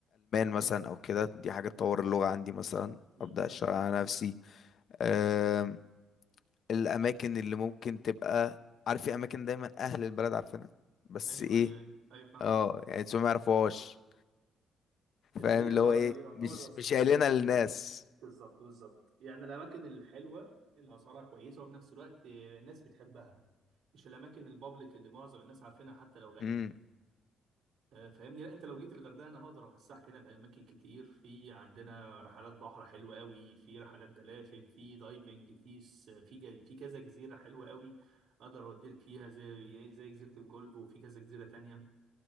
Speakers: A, on the left; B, on the right.
A: مثلا او كده دي حاجة تطور اللغة عندي مثلا
B: مم.
A: ابدا اشتغل على نفسي آم، الاماكن اللي ممكن تبقى عارف في اماكن دايما اهل البلد عارفينها بس
B: ايوه
A: ايه
B: ايوه ايوه ايوه فاهمك
A: اه يعني انتوا ما يعرفوهاش
B: اللي
A: فاهم
B: هي
A: اللي
B: الأ-
A: هو ايه
B: يعتبر
A: مش مش قايلينها للناس
B: بالظبط بالظبط يعني الاماكن الحلوه اللي اسعارها كويسه وفي نفس الوقت الناس بتحبها مش الاماكن البابليك اللي معظم الناس عارفينها حتى لو غاليه
A: امم
B: آه، فاهمني لا انت لو جيت الغردقه انا هقدر افسحك هنا في اماكن كتير في عندنا رحلات بحر حلوه قوي في رحلات دلافين في دايفنج في س- في ج- في كذا جزيره حلوه قوي اقدر اوديك فيها زي زي جزيره الجولف وفي كذا جزيره تانية